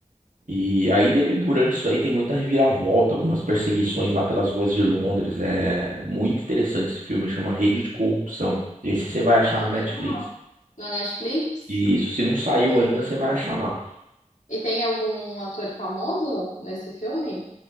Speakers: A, on the right; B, on the left.
A: E aí, de- durante isso aí, tem muita reviravolta, algumas perseguições lá pelas ruas de Londres. É muito interessante esse filme, chama Rede de Corrupção. Esse você vai achar
B: ah,
A: na Netflix.
B: legal. Na Netflix?
A: E isso, se não saiu
B: Hum.
A: ainda, você vai achar lá.
B: E tem algum ator famoso nesse filme?